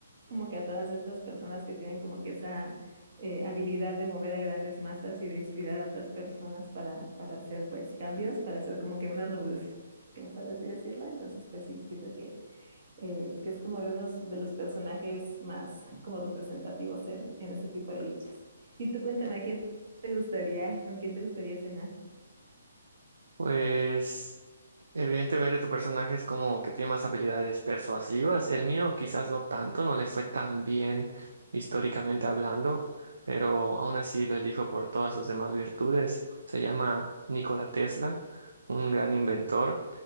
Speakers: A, on the right (about 55°); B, on the right (about 90°).
A: como que a todas estas personas que tienen como que esa eh, habilidad de mover a grandes masas y de inspirar a otras personas para, para hacer pues cambios, para hacer como que una revolución, por así decirlo. Entonces pues sí, siento que eh, que es como de unos de los personajes más como representativos en, en ese tipo de luchas. Y tú cuéntame, ¿a quién te gustaría, con quién te gustaría cenar?
B: pues... Evidentemente tu personaje es como que tiene más habilidades persuasivas. El mío quizás no tanto, no le fue tan bien históricamente hablando, pero aún así lo elijo por todas sus demás virtudes. Se llama Nikola Tesla, un gran inventor